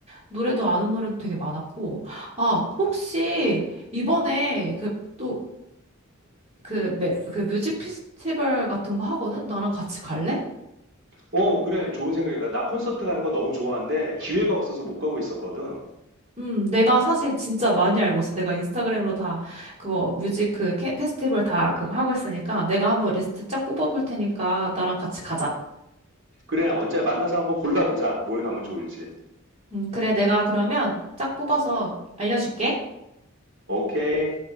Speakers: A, on the right; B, on the right.
A: 노래도 아는 노래도 되게 많았고. 아, 혹시 이번에 그 또 그, 매- 그 뮤직 페스티벌 같은 거 하거든? 나랑 같이 갈래?
B: 어, 그래. 좋은 생각이다. 나 콘서트 가는 거 너무 좋아하는데, 기회가 없어서 못 가고 있었거든.
A: 음, 내가 사실 진짜 많이 알고 있어. 내가 인스타그램으로 다 그거 뮤직 그 캐- 페스티벌 다 그거 하고 있으니까 내가 한번 리스트 쫙 뽑아볼 테니까 나랑 같이 가자.
B: 그래, 언제 만나서 한번 골라보자. 뭘 가면 좋을지.
A: 음, 그래. 내가 그러면 쫙 뽑아서 알려줄게.
B: 오케이.